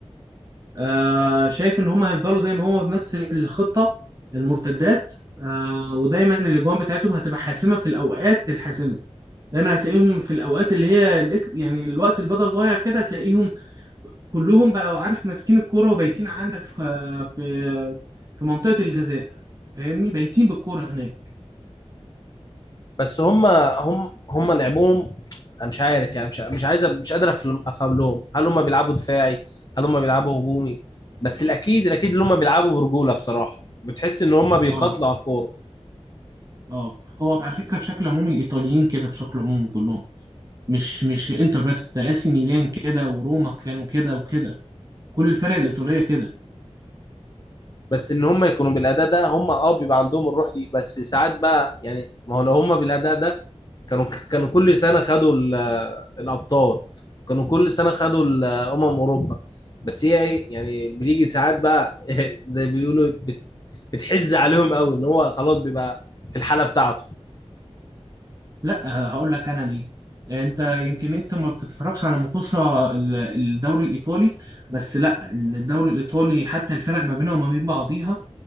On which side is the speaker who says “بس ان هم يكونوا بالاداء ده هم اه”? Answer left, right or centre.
Left